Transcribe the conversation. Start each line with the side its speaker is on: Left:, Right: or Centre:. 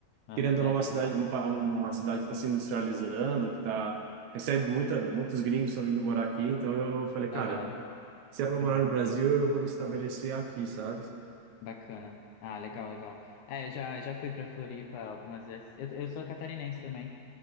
Left: Aham.
Right: Querendo ou
Left: É,
Right: não, uma
Left: segurança.
Right: cidade um pa- uma cidade que está se industrializando, que tá recebe muita muitos gringos estão vindo morar aqui, então eu falei, cara,
Left: Aham.
Right: se é para morar no Brasil, eu vou me estabelecer aqui, sabe?
Left: Bacana. Ah, legal, legal. É, eu já, já fui pra Floripa algumas vezes. Eu, eu sou catarinense também.